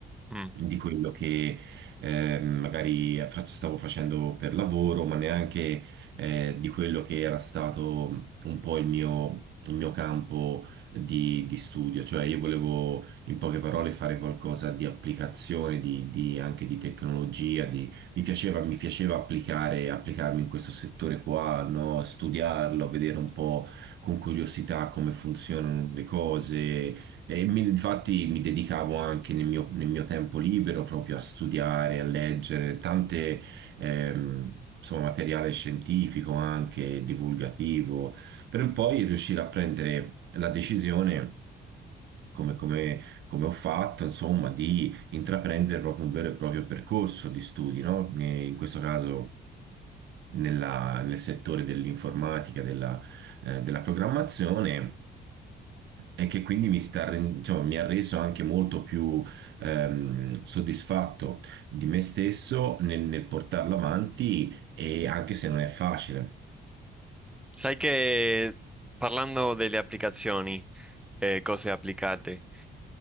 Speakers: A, in the centre; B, on the right.
A: Mm.
B: di quello che eh, magari fac- stavo facendo per lavoro, ma neanche eh, di quello che era stato un po' il mio, il mio campo di, di studio. Cioè io volevo in poche parole fare qualcosa di applicazione, di, di- anche di tecnologia, di- mi piaceva, mi piaceva applicare, applicarmi in questo settore qua, no? Studiarlo, vedere un po' con curiosità come funzionano le cose e mi- infatti mi dedicavo anche nel mio, nel mio tempo libero proprio a studiare, a leggere tante, ehm, insomma, materiale scientifico anche, divulgativo, per poi riuscire a prendere la decisione, come, come- come ho fatto, insomma, di intraprendere proprio un vero e proprio percorso di studi, no? E in questo caso nella- nel settore dell'informatica, della, eh, della programmazione e che quindi mi sta, ren- diciamo, mi ha reso anche molto più ehm, soddisfatto di me stesso nel, nel portarlo avanti e anche se non è facile.
A: Sai che parlando delle applicazioni e cose applicate.